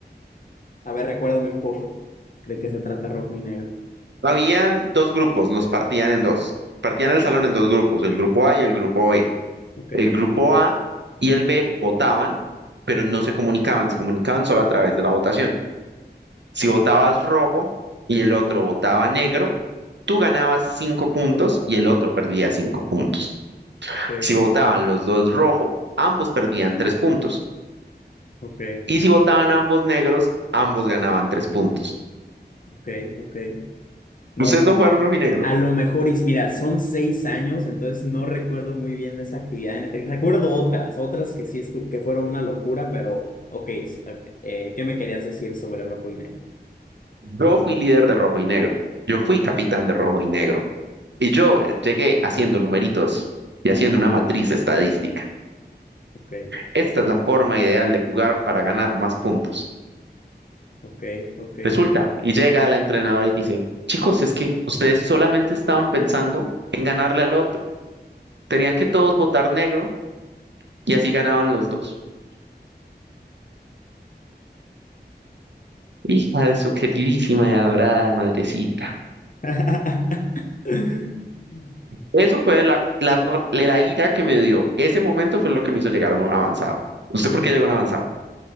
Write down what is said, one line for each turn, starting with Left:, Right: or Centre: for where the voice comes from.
Left: A ver, recuérdame un poco. ¿De qué se trata Rojo y Negro?
Right: Habían dos grupos, los partían en dos. Partían el salón en dos grupos, el grupo A y el grupo B.
Left: Ok,
Right: El grupo A y el B votaban, pero no se comunicaban, se comunicaban solo a través de la votación. Si votabas rojo y el otro votaba negro, tú ganabas cinco puntos y el otro perdía cinco puntos.
Left: ok,
Right: Si votaban los dos rojo, ambos perdían tres puntos.
Left: ok,
Right: Y si votaban ambos negros, ambos ganaban tres puntos.
Left: ok, ok. No.
Right: Ustedes no jugaron rojo y negro.
Left: A lo mejor, y mira, son seis años, entonces no recuerdo muy bien esa actividad. En- eh, Recuerdo otras, otras que sí estu- que fueron una locura, pero ok, s- ok, eh, ¿qué me querías decir sobre rojo y negro?
Right: Yo fui líder de rojo y negro. Yo fui capitán de rojo y negro. Y yo eh, llegué haciendo numeritos y haciendo una matriz estadística.
Left: Ok,
Right: Esta es la forma ideal de jugar para ganar más puntos.
Left: ok, ok.
Right: Resulta, y llega la entrenadora y dice, chicos, es que ustedes solamente estaban pensando en ganarle al otro. Tenían que todos votar negro y así ganaban los dos. Hija de su queridísima y adorada madrecita.
Left: <laughs>
Right: Eso fue la, la, r- la ira que me dio. Ese momento fue lo que me hizo llegar a un avanzado. ¿Usted por qué llegó a un avanzado?